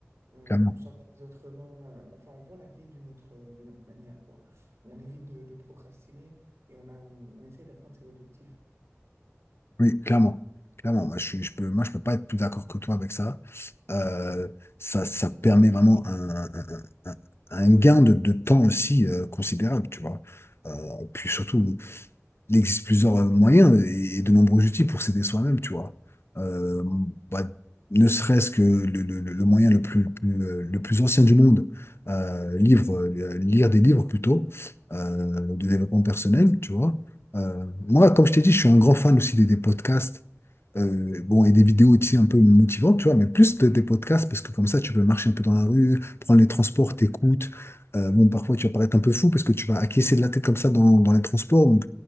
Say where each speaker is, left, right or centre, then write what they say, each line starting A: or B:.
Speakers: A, on the right; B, on the left.
A: On,
B: clairement.
A: on s'organise autrement, euh, enfin, on voit la vie d'une autre, euh, d'une autre manière, quoi. On évite de, de procrastiner et on a, on on essaie d'atteindre ses objectifs.
B: Oui, clairement. Clairement, moi je suis, je peux, moi je peux pas être plus d'accord que toi avec ça. Euh, ça, ça permet vraiment un, un- un- un gain de, de temps aussi euh, considérable, tu vois. Euh, puis surtout, il existe plusieurs euh, moyens et, et de nombreux outils pour s'aider soi-même, tu vois. Euh, bah, ne serait-ce que le, le- le- moyen le plus, le plus, euh, le plus ancien du monde, euh, livre, euh, lire des livres plutôt, euh, de développement personnel, tu vois. Euh, moi, comme je t'ai dit, je suis un grand fan aussi des, des podcasts. euh, bon, et des vidéos aussi un peu motivantes, tu vois, mais plus des, des podcasts, parce que comme ça, tu peux marcher un peu dans la rue, prendre les transports, t'écoutes. Euh, bon, parfois, tu vas paraître un peu fou parce que tu vas acquiescer de la tête comme ça dans, dans les transports.